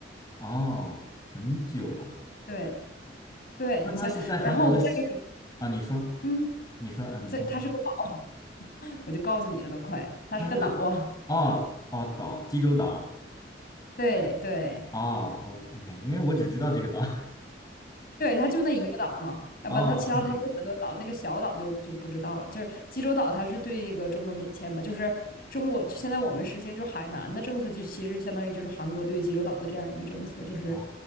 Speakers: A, on the left; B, on the left.
A: 哦，很久了。
B: 对对，
A: 那他是在韩国的是
B: 你想，然后我再给你，
A: 啊？你说，
B: 嗯，
A: 你说，嗯，
B: 这他是个岛，
A: 你先说。
B: 我就告诉你了，都快，他是个岛啊，
A: 它是个哦哦岛，济州岛。
B: 对对，
A: 哦哦，OK，因为我只知道这个岛。
B: 对，它就那一个岛嘛，啊不，
A: <laughs> 哦，
B: 它其他它有很多岛，
A: 是吗？
B: 那个小岛就就不知道了。就是济州岛，它是对那个中国免签嘛，就是中国现在我们实行就是海南的政策，就其实相当于就是韩国对济州岛的这样一个政策，就是
A: 哦